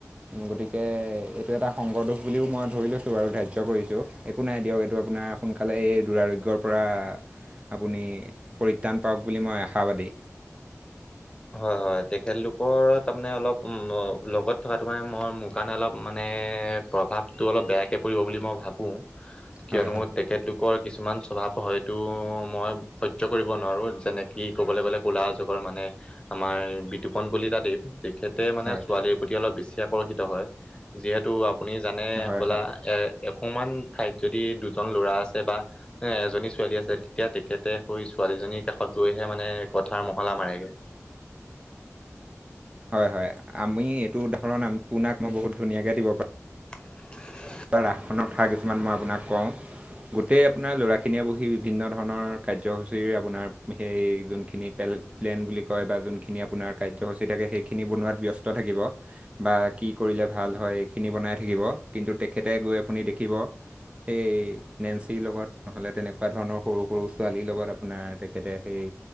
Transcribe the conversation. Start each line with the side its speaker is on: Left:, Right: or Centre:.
Right: গতিকে এইটো এটা সংগদোষ বুলিও মই ধৰি লৈছো বাৰু ধাৰ্যয় কৰিছো একো নাই দিয়ক এইটো আপোনাৰ সোনকালে এই দুৰাৰোগ্যৰ পৰা আপুনি পৰিত্ৰাণ পাওক বুলি মই আশাবাদী
Left: <unintelligible> হয় হয় তেখেতলোকৰ তাৰমানে অলপ লগত থকাটো মানে মই মোৰ কাৰণে অলপ মানে প্ৰভাৱটো অলপ বেয়াকৈ পৰিব বুলি মই ভাবোঁ কিয়নো
Right: হয় হয়
Left: তেখেতলোকৰ কিছুমান স্বভাৱ হয়তটো মই সজ্য কৰিব নোৱাৰো যেনে কি ক'বলৈ গ'লে কলা যুগৰ মানে আমাৰ বিতুপন কলিতা দেৱ তেখেতে মানে
Right: হয়
Left: ছোৱালীৰ প্ৰতি অলপ বেছি আকৰ্ষিত হয় যিহেতু আপুনি জানে
Right: হয়
Left: হ'বলা
Right: হয়।
Left: এ অকমান ঠাইত যদি দুজন ল'ৰা আছে বা এজনী ছোৱালী আছে তেতিয়া তেখেতে শছো ছোৱালীজনীৰ কাষত গৈহে মানে কথাৰ মহলা মাৰেগে
Right: হয় হয় আমি এইটো উদাহৰণ আপোনাক মই বহুত ধুনীয়াকে দিব পাৰিম।
Left: <unintelligible>
Right: ৰাসখনৰ কথা কিছুমান মই আপোনাক কওঁ গোটেই আপোনাৰ ল'ৰাখিনিয়ে বহি বিভিন্ন ধৰণৰ কাৰ্যসূচী আপোনাৰ সেই যোনখিনি পেল প্লেন বুলি কয় বা জোনখিনী আপোনাৰ কাৰ্যসূচী থাকে সেইখিনি বনোৱাত ব্যস্ত থাকিব বা‌কি কি কৰিলে ভাল হয় এইখিনি বনাই থাকিব কিন্তু তেখেতে গৈ আপুনি দেখিব সেই নেন্সিৰ লগত নহলে তেনেকুৱা ধৰণৰ সৰু সৰু ছোৱালীৰ লগত আপোনাৰ তেখেতে সেই